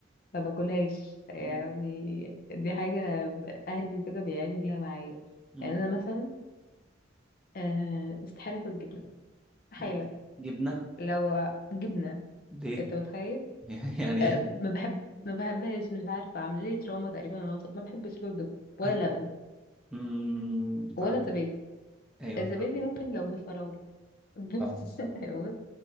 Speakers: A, on the left; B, in the centre.
A: ما باكلهاش يعني
B: مم.
A: دي حاجة اهلي كده بيعانوا فيها معايا
B: مم.
A: يعني انا مثلا أه، استحالة اكل جبنة استحالة
B: جب- جبنه
A: لو جبنة
B: ليه
A: انت متخيل
B: <laughs> يعني
A: أه
B: ايه
A: ما بحب ما بحبهاش مش عارفة عاملة لي تروما تقريبا وأنا صغيرة. ما بحبش اكل جبنة ولا
B: انا
A: لبن
B: مم، فاهم
A: ولا زبادي
B: ايوه
A: الزبادي
B: فاهم
A: ممكن لو بالفراولة <laughs> بس
B: فاهم
A: بص،